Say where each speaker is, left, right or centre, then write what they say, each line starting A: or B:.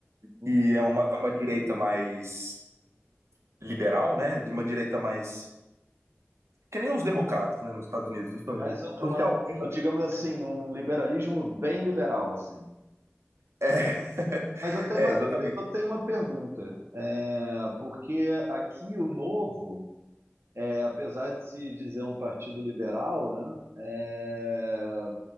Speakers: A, on the right (about 60°); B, on the right (about 80°).
A: Hum.
B: e é uma, é uma direita mais liberal, né? De uma direita mais. Que nem os democratas, né, nos Estados Unidos. Então,
A: Mas uma,
B: socialmente.
A: um- digamos assim, um liberalismo bem liberal, assim.
B: É, <laughs>
A: Mas eu tenho
B: é
A: uma,
B: exatamente.
A: eu tenho uma pergunta, é, porque aqui o Novo, é, apesar de se dizer um partido liberal, né, é,